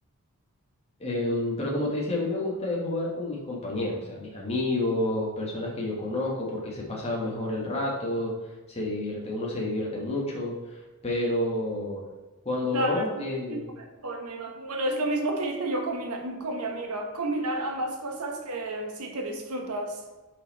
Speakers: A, on the left (about 30°); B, on the right (about 80°).
A: Em, pero como te decía, a mí me gusta de jugar con mis compañeros, o sea, mis amigos, personas que yo conozco, porque se pasa mejor el rato, se divierte, uno se divierte mucho, pero cuando
B: Claro,
A: no,
B: es muchísimo
A: eh,
B: mejor, me imagino. Bueno, es lo mismo que hice yo con mi, na- con mi amiga. Combinar ambas cosas que sí que disfrutas.